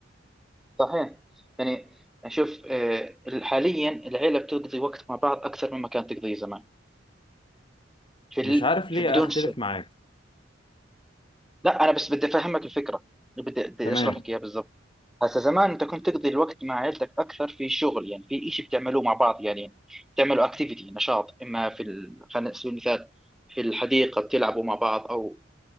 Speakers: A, in the centre; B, on the left (about 25°).
A: صحيح يعني شوف آه، حاليا العيلة بتقضي وقت مع بعض أكثر مما كانت تقضيه زمان في
B: مش
A: ال...
B: عارف ليه
A: في بدون
B: اختلف
A: سبب
B: معاك
A: لا أنا بس بدي أفهمك الفكرة بدي بدي
B: تمام
A: أشرح لك إياها بالضبط هسا زمان انت كنت تقضي الوقت مع عيلتك اكثر في شغل يعني في شيء بتعملوه مع بعض يعني بتعملوا اكتيفيتي نشاط اما في ال... خلينا نسوي مثال في الحديقه بتلعبوا مع بعض او